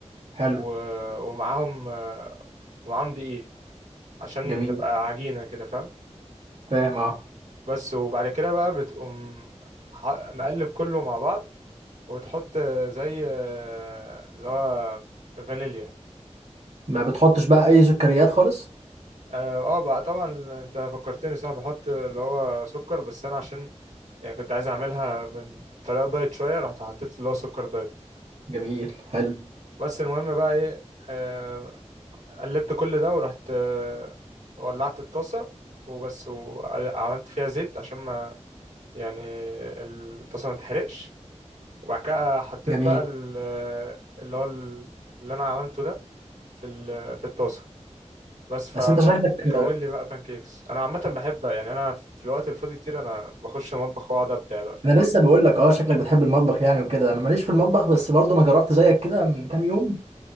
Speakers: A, on the right; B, on the right.
A: حلو
B: و... ومعاهم آه، ومعاهم دقيق عشان
A: جميل
B: تبقى عجينة كده فاهم
A: فاهم اه
B: بس وبعد كده بقى بتقوم ح- مقلب كله مع بعض وتحط آه، زي آه، اللي هو فانيليا
A: ما بتحطش بقى اي سكريات خالص؟
B: اه آه بقى طبعا انت فكرتني صح بحط اللي هو سكر بس انا عشان يعني كنت عايز اعملها من طريقه دايت شويه رحت حطيت اللي هو سكر دايت
A: جميل حلو
B: بس المهم بقى ايه آه، قلبت كل ده ورحت آه، ولعت الطاسه وبس وعملت فيها زيت عشان ما يعني الطاسه ما تتحرقش وبعد كده حطيت
A: جميل
B: بقى ال- آه، اللي هو ال- اللي انا عملته ده في ال- في الطاسه بس فكون
A: بس انت شكلك
B: لي بقى بانكيكس انا عامه بحب يعني انا في الوقت الفاضي كتير انا بخش المطبخ واقعد ابدع بقى فاهم
A: انا لسه بقول لك اه شكلك بتحب المطبخ يعني وكده انا ماليش في المطبخ بس برضه انا جربت زيك كده من كام يوم